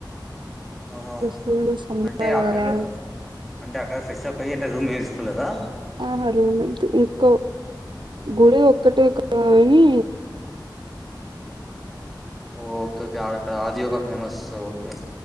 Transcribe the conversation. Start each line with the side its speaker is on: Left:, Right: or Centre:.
Centre: ఆహ
Right: ఫుల్ సమ్మర్
Centre: అంటే ఆఫ్టర్డే
Right: కదా
Centre: అంటే అక్కడ ఫ్రెష్ అప్ అయ్యి అంటే రూమ్ ఏం తీసుకోలేదా
Right: ఆహా రూమ్ ఇంతే ఇక్క గుడె ఒక్కటే కదు గని
Centre: ఓ ఓకే ఓకే అక్కడ ఆజీవ ఫేమస్ ఓకే